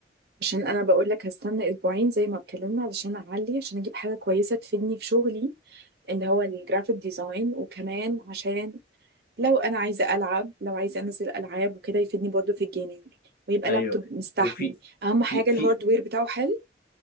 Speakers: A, on the right; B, on the left.
A: عشان انا بقول لك هستنى اسبوعين زي ما اتكلمنا علشان اعلي عشان اجيب حاجه كويسه تفيدني في شغلي اللي هو الجرافيك ديزاين وكمان عشان لو انا عايزه العب لو عايزه انزل العاب وكده يفيدني برضه في الجيمنج ويبقى
B: أيوه
A: لابتوب مستحمل
B: وفي
A: اهم حاجه
B: في في
A: الهاردوير بتاعه حلو